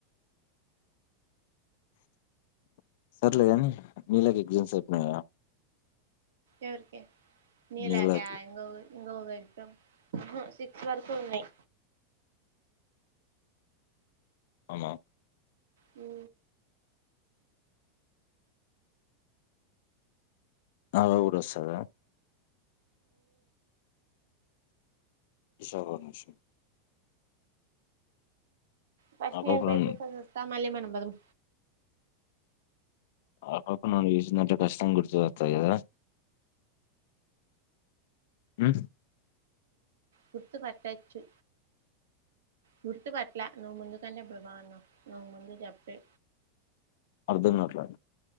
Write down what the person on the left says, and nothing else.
సర్లేదని నీళకి ఎగ్జామ్స్ అయిపోయినయా
నీళ్ళకి
అమా
అమే కూడా వస్తద ఈషా అనుష
ఆ పాప
నన్ను
ఆ పాప నన్ను చూసిందంటే కచ్చింతంగ గుర్తు పడ్తాది కదా హ్
అర్ధం కావట్లే